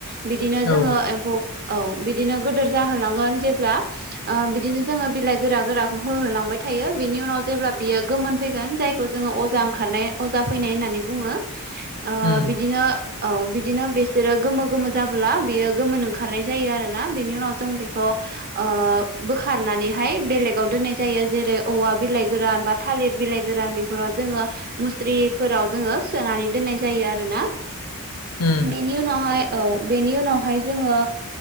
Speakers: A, on the right (about 45°); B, on the left (about 75°).
A: बिदिनो जोङो
B: औ
A: <unintelligible> औ बिदिनो गोदोर जाहोलांगोन जेब्ला ओ बिदिनो जोङो बिलाइ गोरा गोराखौ होहोलांबाय थायो बिनि उनाव जेब्ला बियो गोमोन फैगोन जाय खौ जोङो अजा ओंखारनाय अजा फैनाय होननानै बुङो ओ
B: उम
A: बिदिनो औ बिदिनो बिसोरो गोमो गोमो जाबोला बियो गोमोन ओंखारनाय जायो आरोना बेनि उनाव जों बेखौ ओ बोखारनानैहाय बेलेगाव दोननाय जायो जेरै औवा बिलाइ गोरान बा थालिर बिलाइ गोरान बेफोराव जोङो मुस्रिफोराव जोङो सोनानै दोननाय जायो आरोना
B: उम
A: बेनि उनावहाय औ बेनि उनावहाय जोङो